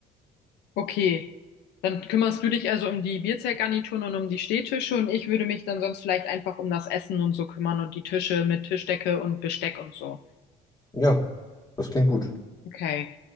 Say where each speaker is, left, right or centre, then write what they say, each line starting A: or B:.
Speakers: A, on the left (about 80°); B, on the left (about 25°).
A: Okay. Dann kümmerst du dich also um die Bierzeltgarnituren und um die Stehtische und ich würde mich dann sonst vielleicht einfach um das Essen und so kümmern und die Tische mit Tischdecke und Besteck und so.
B: Ja, das klingt gut.
A: Okay.